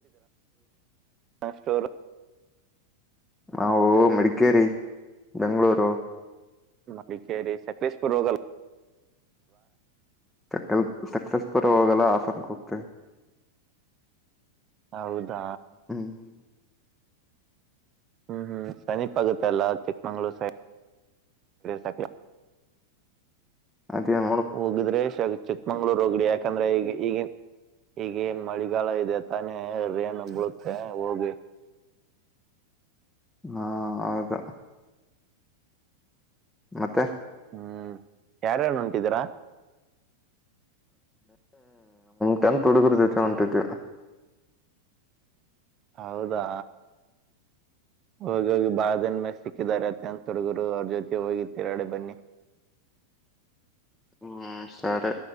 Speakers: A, on the right (about 35°); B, in the centre.
A: ಹ ಸ್ಟೋರ್
B: ನಾವು ಮಡಿಕೇರಿ ಬೆಂಗಳೂರು
A: ಮಡಿಕೇರಿ ಸಕ್ರೇಶ್ಪುರ್ ರೋಗಲ್
B: ಸ ಸಕ್ಸಸ್ ಪುರ್ ಹೋಗಲ್ಲ ಆಸಕ ಹೋಗ್ತವೆ
A: ಹೌದಾ
B: ಹ್ಮ್
A: ಹ್ಮ್ ಹ್ಮ್ ಶನಿ ಪಗತ ಅಲ್ಲ ಚಿಕ್ಕಮಂಗ್ಳೂರ್ ಸೈಡ್ ಸ
B: ಅದೇ ನ
A: ಹೋಗಿದ್ರೆ ಚಿಕ್ಕಮಂಗ್ಳೂರ್ ಹೋಗಡಿ ಯಾಕಂದ್ರೆ ಈಗ ಈಗ ಈಗ ಮಳಿಗಾಲ ಇದೆ ತಾನೆ ರೇನ್ ಬಳುತ್ತೆ ಹೋಗಿ
B: ಹಾ ಹೌದಾ ಮತ್ತೆ
A: ಹ್ಮ್ ಯಾರ್ಯಾರು ಹೊಂಟಿದೀರಾ
B: ಟೆಂತ್ ಹುಡುಗರು ಜತೆ ಹೊಂಟಿದ
A: ಹೌದಾ ಹೋಗಿ ಹೋಗಿ ಬಾಳ ದನ್ ಮೇ ಸಿಕ್ಕಿದ್ದಾರೆ ಅತ್ತ ಅಂತ ಹುಡಡುಗುರು ಅವ್ರ ಜೊತೆಗೆ ಹೋಗಿ ತಿರಾಡೆ ಬನ್ನಿ
B: ಹ್ಮ್ ಸರಿ